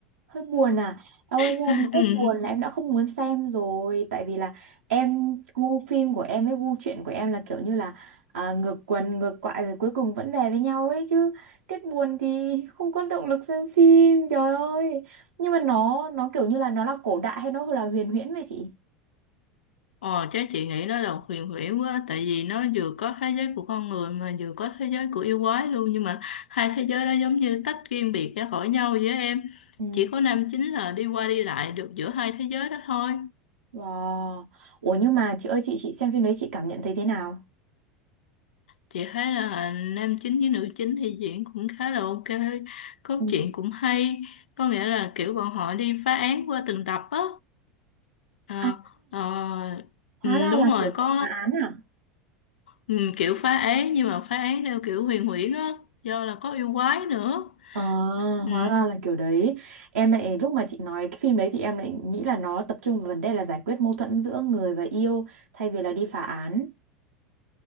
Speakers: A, on the right; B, on the left.
A: hơi buồn à em ơi nghe
B: <laughs>
A: đến kết buồn là em đã không muốn xem rồi tại vì là em gu phim của em với gu truyện của em là kiểu như là à, ngược quần ngược quại rồi cuối cùng vẫn về với nhau ấy chứ kết buồn thì không có động lực xem phim trời ơi nhưng mà nó nó kiểu như là nó là cổ đại hay nó là huyền huyễn vậy chị
B: Ờ, chắc chị nghĩ nó là huyền huyễn quá tại vì nó vừa có thế giới của con người mà vừa có thế giới của yêu quái luôn nhưng mà hai thế giới đó giống như tách riêng biệt ra khỏi nhau với em
A: Ừ.
B: chỉ có nam chính là đi qua đi lại được giữa hai thế giới đó thôi
A: Wow. Ủa nhưng mà chị ơi chị chị xem phim đấy chị cảm nhận thấy thế nào?
B: chị thấy là nam chính với nữ chính thì diễn cũng khá là ok cốt
A: Ừ.
B: truyện cũng hay có nghĩa là kiểu bọn họ đi phá án qua từng tập á Ờ,
A: À,
B: ờ,
A: hóa
B: ừ,
A: ra
B: đúng
A: là
B: rồi
A: kiểu
B: có
A: dạng phá án à?
B: Ừ, kiểu phá án nhưng mà phá án theo kiểu huyền huyễn á do là có yêu quái nữa
A: À,
B: ừ,
A: hóa ra là kiểu đấy. Em lại lúc mà chị nói cái phim đấy thì em lại nghĩ là nó tập trung vào vấn đề là giải quyết mâu thuẫn giữa người và yêu thay vì là đi phá án.